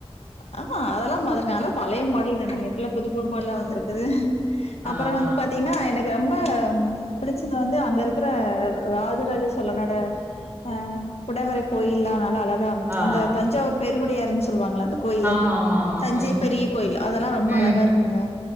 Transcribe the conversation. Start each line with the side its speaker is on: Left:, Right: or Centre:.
Left: ஆ அதலாம் அதனால பழைய மாடல் தானங்க இப்பல்ல புது புது மாட்லா வந்துருக்குது அப்பற
Right: ஆஹா
Left: வந்து பாத்தீங்னா எனக் ரொம்ப பிடிச்சது வந்து அங்க இருக்கிற ராஜராஜ சோலனோட அ குடவரை கோயில்லா நல்லா அழகா
Right: ஆ
Left: அந்த தஞ்சாவூர் பெருகுடையாருன் சொல்வாங்கள அந்த கோயிலு
Right: ஆமா ஆமா ஆமா
Left: தஞ்சை
Right: ம்
Left: பெரிய கோயில் அதெல்லா ரொம்ப
Right: ம்
Left: அழகா இருக்குங்க